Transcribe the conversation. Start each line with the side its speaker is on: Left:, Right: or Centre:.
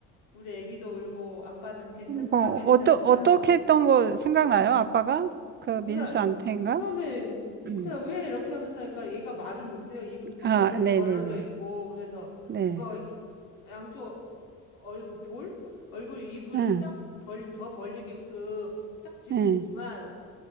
Left: 우리 애기도 울고 아빠는 괜찮다
Right: 뭐,
Left: 괜찮다.
Right: 어떠, 어떻게 했던 거 생각나요? 아빠가? 그 민수한테인가?
Left: 그러니까 처음에 민수야
Right: 음.
Left: 왜 이렇게 하면서 하니까 얘가 말을 못해요. 입은 턱
Right: 아,
Left: 벌,
Right: 네네네.
Left: 벌어져 있고 그래서
Right: 네.
Left: 아빠가 이, 양쪽 얼굴 볼 얼굴 입을
Right: 응,
Left: 딱 벌 더 벌리게끔 딱 집더니만
Right: 네.